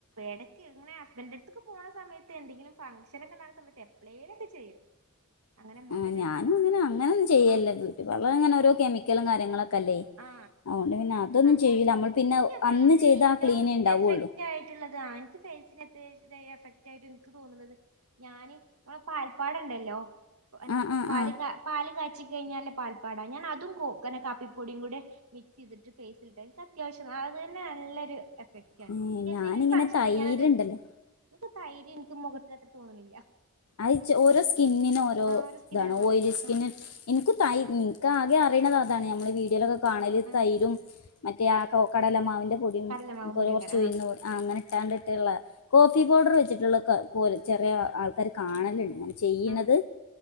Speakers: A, on the right; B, on the left.
A: ഇടക്ക് ഇങ്ങനെ ഹസ്ബൻഡ് അടുത്തക്ക് പോണ സമയത്ത് എന്തെങ്കിലും ഫങ്ങ്ഷനൊക്കെ സമയത്ത് എപ്പഴേലും ഒക്കെ ചെയ്യും അങ്ങനെ മൊ
B: ആ
A: പിന്നെ
B: ഞാനും അങ്ങനെ അങ്ങനൊന്നും ചെയ്യല്ല
A: ആ
B: ബ്യൂട്ടി പാർലർ അങ്ങനെ ഓരോ <unintelligible>
A: ആ
B: അതുകൊണ്ട് പിന്നെ അതൊന്നും
A: നമ്മ
B: ചെയ്യൂല നമ്മൾ പിന്നെ
A: എനിക്ക് ഫേസിന്
B: അന്ന് ചെയ്ത
A: ഏറ്റവും
B: ആ ക്ലീനേ ഉണ്ടാവുള്ളൂ
A: എഫക്റ്റ് ആയിട്ടുള്ളത എനിക്ക് ഫേഷ്യൽ എഫക്റ്റ് ആയിട്ട് എനിക്ക് തോന്നണുന്നത് ഞാന് ഇമ്മടെ പാൽപ്പാട്ണ്ടല്ലോ അന്നെ
B: ആഹ് ആഹ്
A: പാല്
B: ആഹ്
A: പാല് കാച്ചി കഴിഞ്ഞാല് പടാ ഞൻ അതും കോക്കനെ കാപ്പി കൂടെ മിക്സ് ചെയ്തിട്ട് ഫേസിൽ അത്യാവശ്യം അത് തന്നെ നല്ലൊരു വക്ക
B: ആഹ്
A: എനിക്ക്
B: ഞാനിങ്ങനെ
A: എന്തേലോരു ഫൺക്ഷൻ
B: തൈരുണ്ടല്ലോ
A: ഉണ്ട ഞാനത് ഇക്ക് തൈരി നിക്ക് മൊഖതത്ര തോന്ന്ന്നില്യാ
B: ആയിജ് ഓരോ സ്കിന്നിനും ഓരോ
A: ഒരു സ്കിന്നത്
B: ഇതാണ്
A: പോലെല്ലേ
B: ഓയ്ലി സ്കിന്ന്
A: ആഹ്
B: എൻക്കു തൈ നിക്ക് ആകെ ആ റൈണത് അതാണ് ഞമ്മള് വീഡീയോലൊക്കെ കാണല്
A: ആഹ്
B: തൈരും മറ്റേ ആ കൊ കടലമാവിന്റെ <unintelligible>
A: കടലമാവും പൊടിയേക്കാരം ആഹ്
B: ആ അങ്ങനെ <unintelligible> കോഫി പൗഡർ വെച്ചിട്ടുള്ള ക പോലെ ചെറിയ അ ആൾ ക്കാര് കാണലിണ്ട് ഞാൻ ചെയ്യണത്
A: ആഹ്